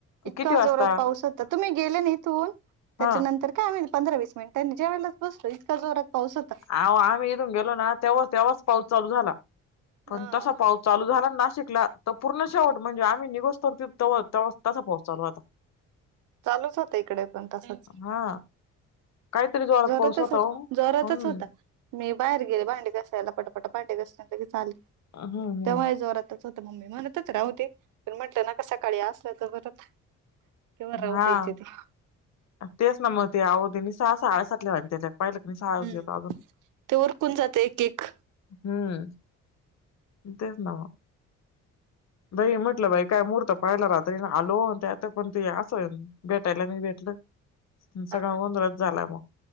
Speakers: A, on the right; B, on the left.
A: इतका
B: किती वाजता
A: जोरात पाऊस होता. तुम्ही गेले ना इथुन त्याच्यानंतर
B: हा
A: काय आम्ही. पंधरा वीस मिनिटांनी जेवायलाच बसलो इतका जोरात पाऊस होता.
B: अह आम्ही इथून गेलो ना तेव्हा तेव्हाच पाऊस चालू झाला
A: हम्म
B: पण तसा पाऊस. चालू झाला नाशिकला तर पूर्ण शेवट म्हणजे आम्ही निघोस तर तसा पाऊस चालू आता.
A: चालूच होते इकडे पण तसंच.
B: हा काहीतरी जोरात
A: जोरातच
B: पाऊस होता
A: होत्
B: ओ
A: जोरातच
B: हम्म
A: होता. मी बाहेर गेले भांडी घासायला पटापटा भांडी घासले आणि लगेच आले
B: हम्म हम्म
A: तेव्हाही जोरातच हो. तर मम्मी म्हणतं होत्या राहुदे, पण म्हटलं नको सकाळी असलं तर परत. केव्हा राहु
B: हा
A: द्यायचे ते.
B: तेच ना मग ते आहो त्यांनी सहा साडे सात. ला आणि त्या पाहिलं कनी सहा
A: हम्म
B: वाजल्यात अजून
A: ते उरकून जात एक एक
B: हम्म. तेच ना म. बाई म्हटलं बाई काय महूर्त पाहिला रात्री आणि आलो ते आता पण ते असं. भेटायला नाही भेटलं. सगळा
A: हा
B: गोंधळच झालाय मग